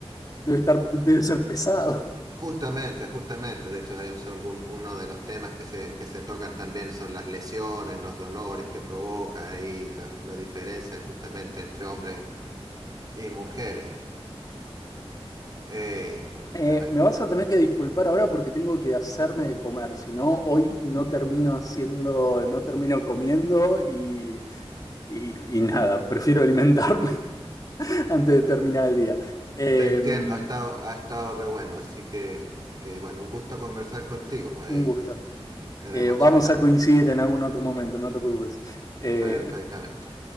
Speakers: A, on the left; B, on the right.
A: Debe estar, debe ser pesado.
B: Justamente, justamente. De hecho, es algún, uno de los temas que se, que se tocan también son las lesiones, los dolores que provoca ahí, la, la diferencia justamente entre hombres y mujeres. Eh,
A: Eh,
B: eh,
A: me vas a tener que disculpar ahora porque tengo que hacerme de comer, si no, hoy no termino haciendo, no termino comiendo y, y- y nada, prefiero alimentarme <laughs> antes de terminar el día. Eh,
B: te entiendo,
A: un
B: ha estado, ha estado re bueno. Así que, eh, bueno, un gusto conversar contigo. Pues ahí
A: gusto.
B: estaremos
A: Eh, vamos
B: charlando.
A: a coincidir en algún otro momento, no te preocupes. Eh,
B: Perfectamente.